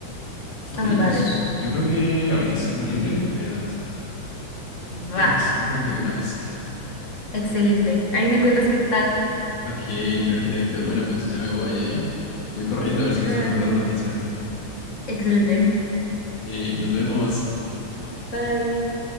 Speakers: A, on the left; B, on the left.
A: Está
B: Ok,
A: muy padre.
B: pues
A: Está muy
B: yo
A: padre.
B: creo que ahorita si tengo libre me voy a lanzar.
A: Va,
B: Es más, yo creo que de una vez. <laughs>
A: excelente. Ahí me cuentas qué tal.
B: Ok, perfecto, bueno, pues ya me voy, ¿eh? Voy corriendo a ver si acaso
A: Bye.
B: uno puede una finción.
A: Excelente.
B: Ok, nos vemos.
A: Bye.